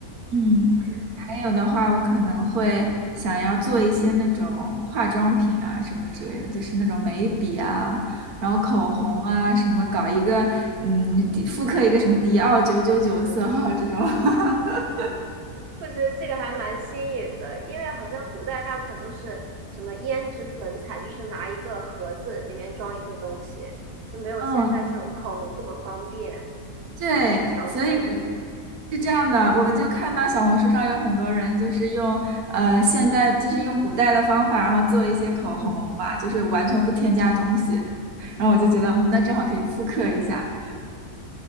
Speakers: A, on the right (about 80°); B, on the right (about 45°).
A: 嗯，
B: 嗯，
A: 还有的话，我可能会想要做一些那种化妆品啊什么之类的，就是那种眉笔啊，然后口红啊，什么搞一个嗯，迪复刻一个什么迪奥九九九色号这种。<laughs>
B: 我觉得这个还蛮新颖的，因为好像古代大部分都是什么胭脂粉彩，就是拿一个盒子里面装一些东西，就没有现在这种口红这么方便
A: 嗯，对，
B: 小巧。
A: 所以我
B: 嗯。
A: 是这样的，我就看到小红书上有很多人就是用呃现代，就是用古代的方法，然后做一些口红嘛，就是完全不添加东西，然后我就觉得，嗯，那正好可以复刻一下。